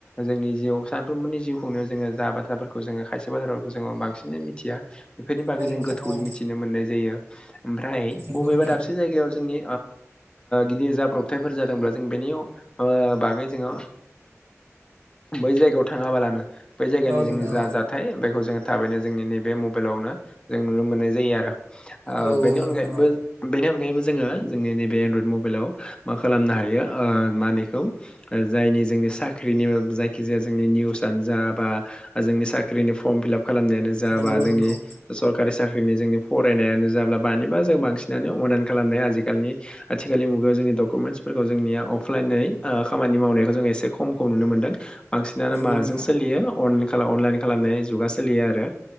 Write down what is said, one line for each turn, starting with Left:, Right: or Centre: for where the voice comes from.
Left: जोंनि जिउ सानफ्रोमबोनि जिउखौ जोङो जा बाथ्राफोरखौ जोङो खायसे बाथ्राफोरखौ जोङो बांसिनै मिथिया। बेफोरनि बागै
Right: औ
Left: जों
Right: नोंथां
Left: गोथौयै
Right: औ
Left: मिथिनो मोननाय जायो। ओमफ्राय
Right: नंगौ
Left: बबेबा
Right: नोंथां
Left: दाबसे जायगायाव जोंनि गिदिर जाब्रब थाइफोर जादोंब्ला जों बेनि बागै जोङो बै जायगायाव थाङाबालानो बै जायगानि
Right: औ नोंथां
Left: जोंनि जा
Right: औ
Left: जाथाय बेखौ जोङो थाबैनो जोंनि नैबे मबाइलावनो जों नुनो मोननाय जायो आरो। बेनि
Right: औ
Left: अनगायैबो
Right: नोंथां औ
Left: बेनि अनगायैबो जोङो जोंनि नैबे एनड्रयड मबाइलाव मा खालामनो हायो मानिखौ जायनि जोंनि साख्रिनि जायखिजाया जोंनि निउस जा बा जोंनि साख्रिनि फर्म फिलाप खालामनायानो जा
Right: नंगौ
Left: बा जोंनि
Right: नंगौ
Left: सरखारि‌ साख्रि जोंनि फरायनायानो जाब्ला बानिबा जों बांसिनानो अनलाइन खालामनाय आजिखालि आथिखालनि मुगायाव जोंनि जोंनिया अफलाइन खामानि मावनायखौ जों एसे खमखौ नुनो मोनदों। बांसिनानो
Right: नंगौ
Left: माजों
Right: नोंथां
Left: सोलियो अन अनलाइन खालामनाय जुगा सोलियो आरो